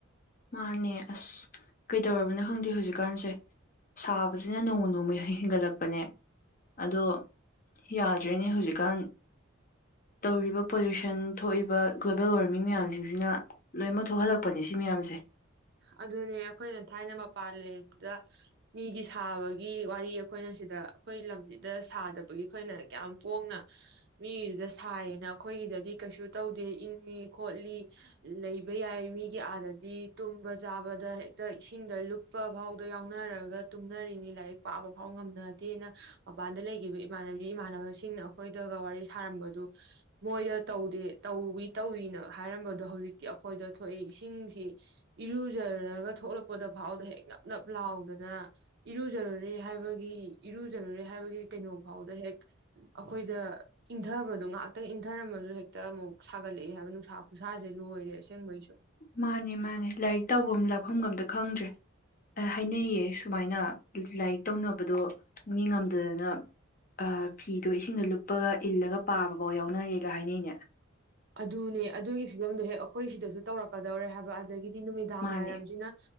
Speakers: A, on the left; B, on the right.
A: ꯃꯥꯅꯦ ꯑꯁ ꯀꯩꯗꯧꯔꯕꯅꯣ ꯈꯪꯗꯦ ꯍꯧꯖꯤꯛꯀꯥꯟꯁꯦ ꯁꯥꯕꯁꯤꯅ ꯅꯣꯡꯃ ꯅꯣꯡꯃ ꯍꯦꯟꯒꯠꯂꯛꯄꯅꯦ ꯑꯗꯣ ꯌꯥꯗ꯭ꯔꯦꯅꯦ ꯍꯧꯖꯤꯛꯀꯥꯟ ꯇꯧꯔꯤꯕ ꯄꯣꯂꯨꯁꯟ ꯊꯣꯛꯏꯕ ꯒ꯭ꯂꯣꯕꯦꯜ ꯋꯥꯔꯃꯤꯡ ꯃꯌꯥꯝꯁꯤꯡꯁꯤꯅ ꯂꯣꯏꯅꯃꯛ ꯊꯣꯛꯍꯜꯂꯛꯄꯅꯦ ꯁꯤ ꯃꯌꯥꯝꯁꯦ
B: ꯑꯗꯨꯅꯦ ꯑꯩꯈꯣꯏꯅ ꯊꯥꯏꯅ ꯃꯄꯥꯟ ꯂꯝꯗ ꯃꯤꯒꯤ ꯁꯥꯕꯒꯤ ꯋꯥꯔꯤ ꯑꯩꯈꯣꯏꯅ ꯁꯤꯗ ꯑꯩꯈꯣꯏ ꯂꯝꯖꯤꯗ ꯁꯥꯗꯕꯒꯤ ꯑꯩꯈꯣꯏꯅ ꯀꯌꯥꯝ ꯄꯣꯡꯅ ꯃꯤꯗꯨꯗ ꯁꯥꯏꯌꯦꯅ ꯑꯩꯈꯣꯏꯒꯤꯗꯗꯤ ꯀꯩꯁꯨ ꯇꯧꯗꯦ ꯏꯪꯉꯤ ꯈꯣꯠꯂꯤ ꯂꯩꯕ ꯌꯥꯏ ꯃꯤꯒꯤ ꯑꯥꯗꯗꯤ ꯇꯨꯝꯕ ꯆꯥꯕꯗ ꯍꯦꯛꯇ ꯏꯁꯤꯡꯗ ꯂꯨꯞꯄ ꯐꯥꯎꯗ ꯌꯥꯎꯅꯔꯒ ꯇꯨꯝꯅꯔꯤꯅꯤ ꯂꯥꯏꯔꯤꯛ ꯄꯥꯕ ꯐꯥꯎ ꯉꯝꯅꯗꯦꯅ ꯃꯄꯥꯟꯗ ꯂꯩꯒꯤꯕ ꯏꯃꯥꯟꯅꯕꯤ ꯏꯃꯥꯟꯅꯕꯁꯤꯡꯅ ꯑꯩꯈꯣꯏꯗꯒ ꯋꯥꯔꯤ ꯁꯥꯔꯝꯕꯗꯨ ꯃꯣꯏꯗ ꯇꯧꯗꯦ ꯇꯧꯋꯤ ꯇꯧꯔꯤꯅ ꯍꯥꯏꯔꯝꯕꯗꯣ ꯍꯧꯖꯤꯛꯇꯤ ꯑꯩꯈꯣꯏꯗ ꯊꯣꯛꯑꯦ ꯏꯁꯤꯡꯁꯤ ꯏꯔꯨꯖꯔꯨꯔꯒ ꯊꯣꯛꯂꯛꯄꯗ ꯐꯥꯎꯗ ꯍꯦꯛ ꯅꯞ ꯅꯞ ꯂꯥꯎꯗꯅ ꯏꯔꯨꯖꯔꯨꯔꯦ ꯍꯥꯏꯕꯒꯤ ꯏꯔꯨꯖꯔꯨꯔꯦ ꯍꯥꯏꯕꯒꯤ ꯀꯩꯅꯣꯐꯥꯎꯗ ꯍꯦꯛ ꯑꯩꯈꯣꯏꯗ ꯏꯟꯊꯕꯗꯣ ꯉꯥꯛꯇꯪ ꯏꯟꯊꯔꯝꯃꯁꯨ ꯍꯦꯛꯇ ꯑꯃꯨꯛ ꯁꯥꯒꯠꯂꯛꯏꯦ ꯍꯥꯏꯕ ꯅꯨꯡꯁꯥ ꯈꯨꯁꯥꯁꯦ ꯂꯣꯏꯔꯦ ꯑꯁꯦꯡꯕꯩꯁꯨ
A: ꯃꯥꯅꯦ ꯃꯥ ꯃꯥꯅꯦ <unintelligible> ꯂꯥꯏꯔꯤꯛ ꯇꯧꯕꯝ ꯂꯥꯛꯐꯝꯒ ꯑꯝꯇ ꯈꯪꯗ꯭ꯔꯦ ꯍꯥꯏꯅꯩꯌꯦ ꯁꯨꯃꯥꯏꯅ ꯂꯥꯏꯔꯤꯛ ꯇꯧꯅꯕꯗꯣ ꯃꯤ ꯉꯝꯗꯗꯅ ꯐꯤꯗꯣ ꯏꯁꯤꯡꯗ ꯂꯨꯞꯄꯒ ꯏꯜꯂꯒ ꯄꯥꯕꯐꯥꯎ ꯌꯥꯎꯅꯔꯦꯒ ꯍꯥꯏꯅꯩꯅꯦ
B: ꯑꯗꯨꯅꯦ ꯑꯗꯨꯒꯤ ꯐꯤꯕꯝꯗꯨ ꯍꯦꯛ ꯑꯩꯈꯣꯏ ꯁꯤꯗꯁꯨ ꯇꯧꯔꯛꯀꯗꯧꯔꯦ ꯍꯥꯏꯕ ꯑꯗꯒꯤꯗꯤ ꯅꯨꯃꯤꯗꯥꯡ
A: ꯃꯥꯅꯦ
B: ꯋꯥꯏꯔꯝꯖꯤꯅ